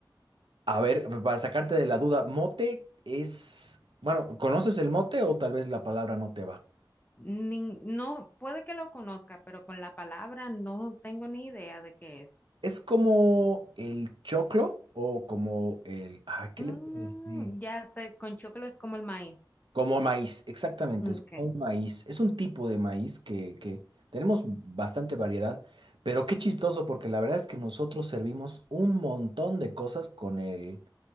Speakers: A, on the right (about 85°); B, on the left (about 20°).
A: A ver, para sacarte de la duda, mote es... Bueno, ¿conoces el mote o tal vez la palabra no te va?
B: Nin- no, puede que lo conozca, pero con la palabra no tengo ni idea de qué es.
A: ¿Es como el choclo o como el... Ah, ¿qué
B: Mm,
A: le puedo decir?
B: ya sé, con chocolate es como el maíz.
A: Como maíz, exactamente,
B: Okay.
A: es como un maíz. Es un tipo de maíz que, que tenemos bastante variedad, pero qué chistoso, porque la verdad es que nosotros servimos un montón de cosas con el,